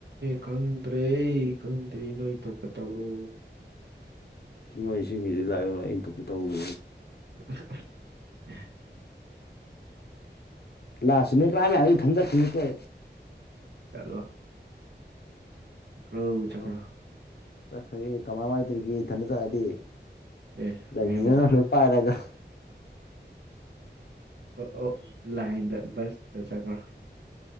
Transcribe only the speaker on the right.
ꯈꯪꯗ꯭ꯔꯦ ꯀꯪꯗ꯭ꯔꯤ ꯅꯣꯏ ꯊꯣꯛꯣꯛꯀ ꯇꯧꯔꯣ
<inaudible>
ꯆꯠꯂꯣ ꯆꯠꯈ꯭ꯔꯣ ꯆꯠꯈ꯭ꯔꯣ
ꯑꯦ
ꯃꯌꯥꯝ ꯆꯠ
ꯑꯣ ꯑꯣ ꯂꯥꯏꯟꯗ ꯕꯁꯇ ꯆꯠꯈ꯭ꯔꯣ